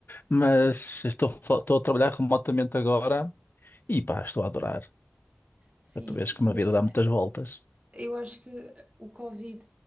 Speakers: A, on the left; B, on the right.
A: mas estou, fa- estou a trabalhar remotamente agora e pá, estou a adorar.
B: Sim,
A: Tu vês que uma
B: imagina.
A: vida dá muitas voltas.
B: Eu acho que o Covid,